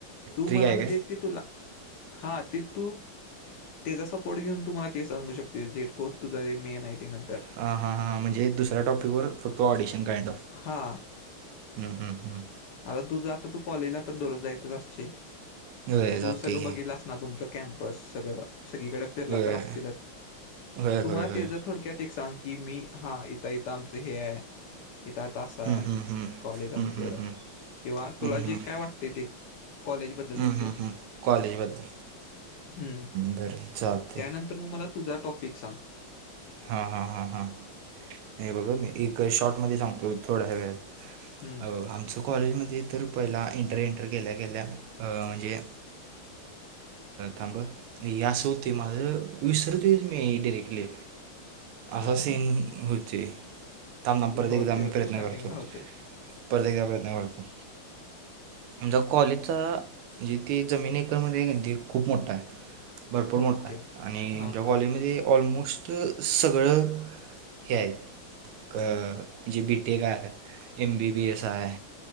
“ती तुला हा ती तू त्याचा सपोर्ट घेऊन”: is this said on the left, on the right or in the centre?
Left